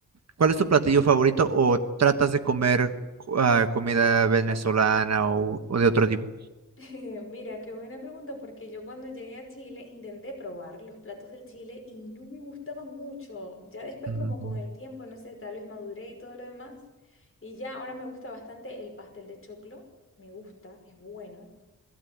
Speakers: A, on the right; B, on the left.
A: ¿cuál es tu platillo favorito o tratas de comer ah, comida venezolana o, o de otro tipo?
B: <laughs> Mira, qué buena pregunta, porque yo cuando llegué a Chile intenté probar los platos del Chile y no me gustaban mucho. Ya después
A: Ujú.
B: como con el tiempo, no sé, tal vez maduré y todo lo demás. Y ya ahora me gusta bastante el pastel de choclo. Me gusta, es bueno.